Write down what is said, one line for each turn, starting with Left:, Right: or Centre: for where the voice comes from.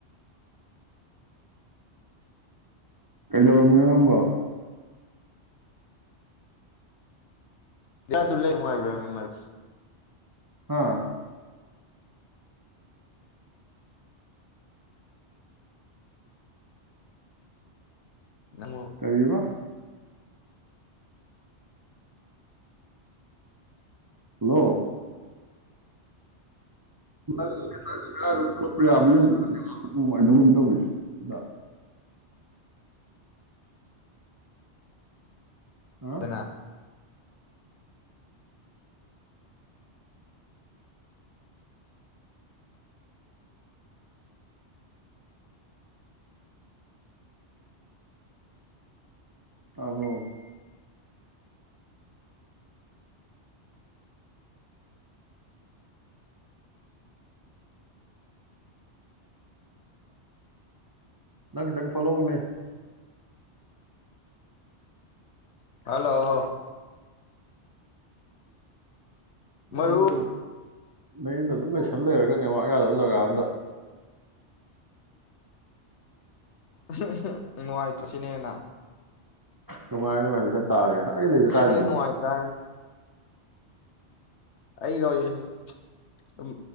Right: ꯀꯩꯗꯧꯔꯝꯃꯤꯅꯣ ꯅꯪꯕꯣ
Left: ꯌꯥ ꯑꯗꯨꯨ ꯂꯩꯅꯨꯡꯉꯥꯏꯕꯔꯃ‌ꯦ
Right: ꯍꯥꯥ
Left: ꯅꯪꯕꯨ
Right: ꯀꯔꯤꯕ ꯍꯜꯂꯣ ꯅꯪ ꯈꯤꯇꯪ ꯀꯗꯥꯏꯗ ꯊꯣꯛꯂꯛꯄ ꯌꯥꯗ‌ꯦꯏꯅ‌ꯣ ꯅꯨꯡꯉꯥꯏꯅ ꯇꯧ ꯀꯝ ꯇꯧꯋꯤꯗ ꯍꯥ
Left: ꯆꯅ
Right: ꯇꯥꯕ꯭ꯔ‌ꯣ? ꯅꯪ ꯈꯤꯇꯪ ꯊꯣꯛꯂꯛꯎꯅꯦ
Left: ꯍꯜꯂꯧ ꯃꯔꯨꯞ
Right: ꯅꯌꯨꯝꯗ ꯅꯌꯨꯝꯗ ꯑꯗꯨꯝ ꯂꯩꯁꯟ ꯂꯩꯔꯒ ꯅ‌ꯦꯠꯋꯥꯔꯛ ꯌꯥꯗꯕ ꯖꯒꯥ ꯑꯝꯗ
Left: <unintelligible> ꯅꯨꯉꯥꯏꯇ꯭ꯔ ꯁꯤꯅ ꯍ‌ꯦꯟꯅ?
Right: ꯅꯨꯡꯉꯥꯏ ꯅꯨꯡꯉꯥꯏꯔꯤ ꯈꯠ ꯇꯥꯔꯦ ꯉꯁꯥꯏ ꯂꯩꯁ‌ꯦ
Left: ꯁꯤꯅ
Right: ꯀꯥꯏꯗꯅꯣ?
Left: ꯍꯦꯟꯅ ꯅꯨꯡꯉꯥꯏꯇ꯭ꯔꯥ
Right: <unintelligible>
Left: ꯑꯩ ꯂ‌ꯣꯏꯔꯦ ꯗꯨꯝ